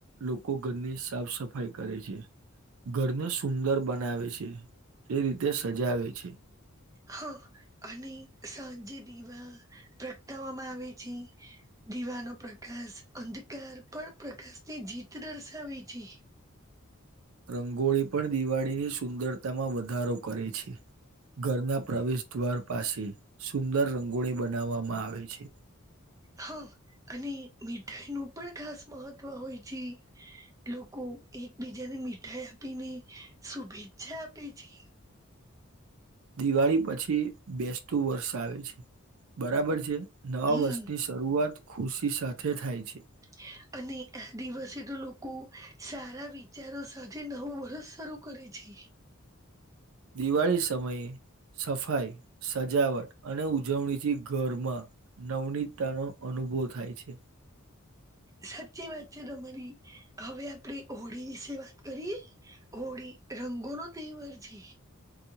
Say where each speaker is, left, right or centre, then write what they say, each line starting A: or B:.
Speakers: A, on the right; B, on the right.
A: લોકો ઘરની સાફ સફાઈ કરે છે. ઘરને સુંદર બનાવે છે, એ રીતે સજાવે છે.
B: હા, અને સાંજે દીવા પ્રગટાવવામાં આવે છે. દીવાનો પ્રકાશ અંધકાર પણ પ્રકાશ ની જીત દર્શાવે છે.
A: રંગોળી પણ દિવાળીની સુંદરતામાં વધારો કરે છે. ઘરના પ્રવેશ દ્વાર પાસે સુંદર રંગોળી બનાવવામાં આવે છે.
B: હા. અને મીઠાઈ નું પણ ખાસ મહત્વ હોય છે. લોકો એકબીજાને મીઠાઈ આપીને શુભેચ્છા આપે છે.
A: દિવાળી પછી બેસતું વર્ષ આવે છે. બરાબર છે? નવા
B: હમ
A: વર્ષની શરૂઆત ખુશી સાથે થાય છે.
B: <inaudible> અને આ દિવસે તો લોકો સારા વિચારો સાથે નવો વર્ષ શરૂ કરે છે.
A: દિવાળી સમયે સફાઈ, સજાવટ અને ઉજવણીથી ઘરમાં નવનીતા નો અનુભવ થાય છે.
B: સાચી વાત છે તમારી. હવે આપણે હોળી વિશે વાત કરીએ? હોળી રંગોનો તહેવાર છે.